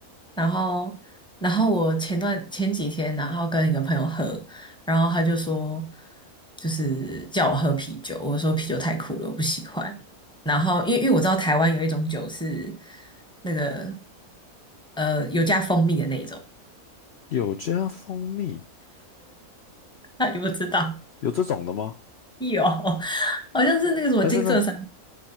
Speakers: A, in the centre; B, on the left.
A: 然后，然后我前段前几天，然后跟一个朋友喝，然后他就说，就是叫我喝啤酒，我说啤酒太苦了，我不喜欢。然后，因为因为我知道台湾有一种酒是那个呃有加蜂蜜的那一种，
B: 有加蜂蜜。
A: <laughs> 那你不知道？
B: 有这种的吗？
A: 有，<laughs> 好像是那个什么金色山。
B: 但是呢，